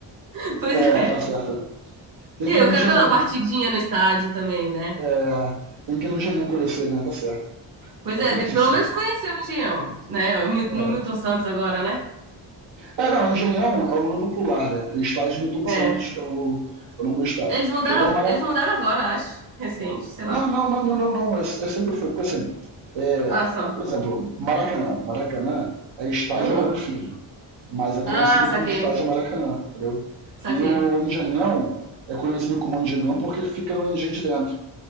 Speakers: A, on the right; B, on the right.
A: <laughs> Pois
B: É,
A: é.
B: tá certo. Tem
A: E aí
B: que
A: eu
B: ir no
A: quero
B: engenhão.
A: ver uma partidinha no estádio também, né?
B: É, tem que ir no engenhão conhecer, né? Tá certo.
A: Pois
B: Tá
A: é,
B: certíssimo.
A: tem- pelo menos conheceu o Engenhão, né? O Mil-
B: É,
A: Milton Santos agora, né?
B: é não, engenhão é o nome popular, né? É Estádio do Tom Santos
A: É.
B: é o, é o nome do estádio.
A: Eles mudaram,
B: Igual Maracanã.
A: eles mudaram agora, acho. Recente, sei
B: Não,
A: lá.
B: não, não, não, não, não. É, é sempre foi. Porque assim, é,
A: Ah, só.
B: por exemplo, Maracanã. Maracanã é estádio
A: Aham.
B: Mário Filho. mas é conhecido
A: Ah, saquei.
B: como Estádio Maracanã, entendeu?
A: Saquei.
B: E o Engenhão é conhecido como Engenhão porque fica no engenho de dentro.